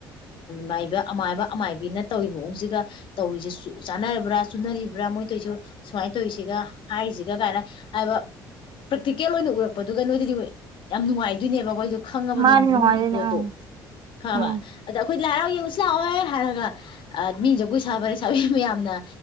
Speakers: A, on the left; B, on the right.
A: ꯃꯥꯏꯕ ꯑꯃꯥꯏꯕ ꯑꯃꯥꯏꯕꯤꯅ ꯇꯧꯔꯤ ꯃꯑꯣꯡꯁꯤꯒ ꯇꯧꯔꯤꯁꯤ ꯆꯥꯟꯅꯔꯕ꯭ꯔꯥ ꯆꯨꯅꯔꯤꯕ꯭ꯔꯥ ꯃꯣꯏ ꯇꯣꯏꯁꯨ ꯁꯨꯃꯥꯏꯅ ꯇꯧꯔꯤꯁꯤꯒ ꯍꯥꯏꯔꯤꯁꯤꯒ ꯀꯥꯏꯅ ꯍꯥꯏꯕ ꯄ꯭ꯔꯦꯛꯇꯤꯀꯦꯜ ꯑꯣꯏꯅ ꯎꯔꯛꯄ ꯄꯗꯨꯒ ꯅꯣꯏꯗꯗꯤ ꯌꯥꯝ ꯅꯨꯡꯉꯥꯏꯗꯣꯏꯅꯦꯕ ꯑꯩꯈꯣꯏ ꯈꯪꯉꯕꯅꯤ
B: ꯃꯥꯅꯦ ꯅꯨꯡꯉꯥꯏꯗꯣꯏꯅꯦ
A: ꯃꯅꯨꯡꯒꯤ ꯄꯣꯠꯇꯣ
B: ꯎꯝ
A: ꯈꯕ
B: ꯎꯝ
A: ꯑꯗ ꯑꯩꯈꯣꯏ ꯂꯥꯏꯔꯥꯎ ꯌꯦꯁꯤꯂꯋꯥꯣꯏ ꯍꯥꯏꯔꯒ ꯑꯗꯃꯤꯖꯕꯨꯣꯏ ꯁꯍꯕꯔ ꯂꯩꯁꯥꯕꯤ ꯃꯌꯥꯝꯅ